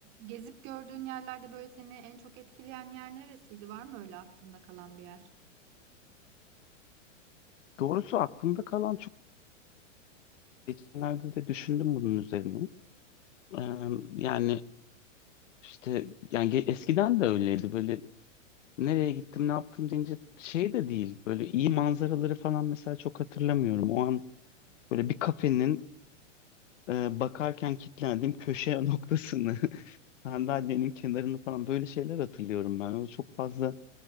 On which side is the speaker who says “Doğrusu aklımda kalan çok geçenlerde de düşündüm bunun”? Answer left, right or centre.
Left